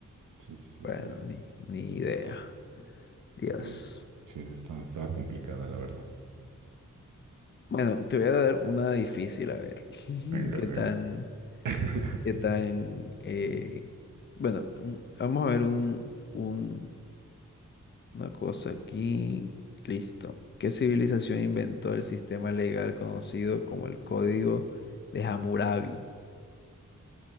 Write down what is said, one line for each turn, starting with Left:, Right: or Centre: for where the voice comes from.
Right: Sí, sí, sí,
Left: bueno,
Right: sí.
Left: ni, ni idea. Dios.
Right: Bien. Sí, está, estaba complicada, la verdad.
Left: Bueno, te voy a dar una difícil, a ver. <laughs>
Right: Venga,
Left: ¿Qué
Right: venga.
Left: tan,
Right: <laughs>
Left: qué tan... eh, bueno, un- vamos a ver un, un- una cosa aquí. Listo. ¿Qué civilización inventó el sistema legal conocido como el Código de Hammurabi?